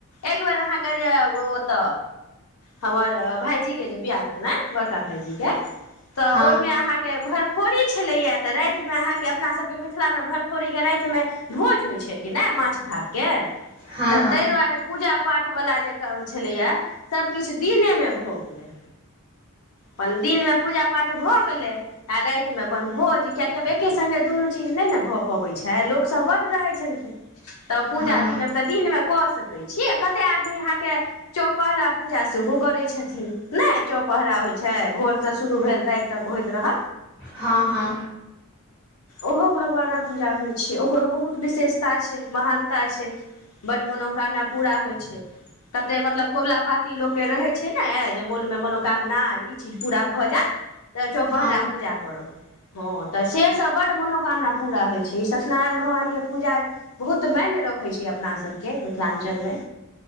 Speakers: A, on the left; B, in the centre.
A: एकबेर अहाँ के जे ओत हमर भायजी के जे बियाह छलनि बड़का भायईजी जी के तऽ
B: हँ
A: ओहिमे आहा के भरफोरी छलैया तऽ राति मे अहाँ के अपना सब के मिथिला मे भरफोरी के राति मे भोज होय छै कि नहि माछ भात के
B: हँ
A: तऽ
B: हँ
A: तहि दुआरे पूजा पाठवला जे काम छलैएा सभकिछु दिनेमे भऽ गेलै <unintelligible> अपन दिन में पूजा पाठ भ गेले आ राति मे अपन भोज कियकि आब एके संगे दुनू चीज नहि ने भऽ पबै छै लोक सब बड्ड रहै छलखिन तब पूजा
B: हँ
A: दिनब तऽ दिन मे कऽ स छ कते आदमी अहाँके चौपहरा पूजा सेहो करै छथिन ने चौपहरा छै भोरसँ शुरू भेल राति तक होइत रह
B: हँ हँ
A: ओहो भगवानक पूजा होय छै ओकरो बहुत विशेषता छै महानता छै बड्ड मनोकामना पूरा हो छै कतेक मतलब कबुला पाती लोककेँ रहै छै ने जे मोनमे मनोकामना ई चीज पूरा भऽ जायत तऽ चौपहरा
B: हँ
A: पूजा करब हँ तऽ से सब बड मनोकामना पूरा होइ छै ई सत्यनारायण भगवान के पूजा बहुत म ने रखै छीै अपना सबके मिथिलाञ्चल मे